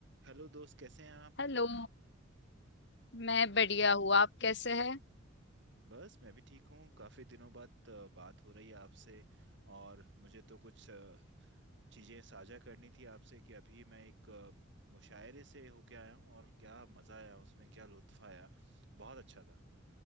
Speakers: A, on the right; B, on the left.
A: Hello दोस्त कैसे हैं आप
B: Hello मैं बढ़िया हूँ आप कैसे हैं
A: बस मैं भी ठीक हूँ काफ़ी दिनों बाद अ, बात हो रही है आपसे और मुझे तो कुछ अ, चीज़ें साझा करनी थी आपसे कि अभी मैं एक अ, मुशायरे से होके आया हूँ और क्या मज़ा आया उसमें क्या लुत्फ़ आया बहुत अच्छा था